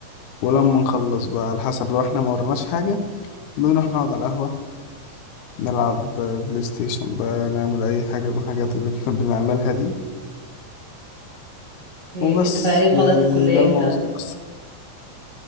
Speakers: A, on the left (about 85°); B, on the right (about 55°).
A: ولما نخلص بقى على حسب لو احنا ما وراناش حاجة بنروح نقعد على القهوة نلعب بلاي ستيشن بقى نعمل أي حاجة من الحاجات اللي بن- بنعملها دي
B: إيه.
A: وبس
B: انت في العادي بتخلص
A: يعني
B: الكليه
A: ده الموضوع
B: امتى مثلا
A: بس